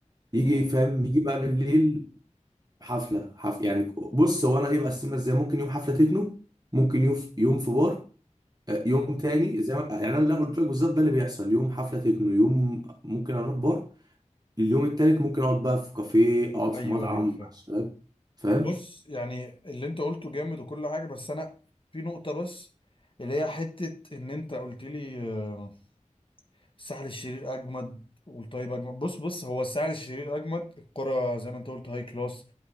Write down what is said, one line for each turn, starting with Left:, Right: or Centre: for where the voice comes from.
Right: يجي
Left: امم
Right: فاهم يجي بقى بالليل حفلة حف يعني بص هو أنا إيه بقسمها إزاي ممكن يوم حفلة تكنو ممكن يوم يوم في بار آه، يوم
Left: امم.
Right: تاني زي ما يعني أنا اللي أنا قلت لك بالظبط ده اللي بيحصل يوم حفلة تكنو يوم ممكن أروح بار اليوم التالت ممكن اقعد بقى في كافيه اقعد
Left: ايوه
Right: في مطعم
Left: ايوه فاهم
Right: مع الشباب فاهم
Left: بص يعني اللي انت قلته جامد وكل حاجه بس انا في نقطه بس اللي هي حته ان انت قلت لي آه الساحل الشرير اجمد والطيب اجمد بص بص هو الساحل الشرير اجمد الكرة زي ما انت قلت هاي كلاس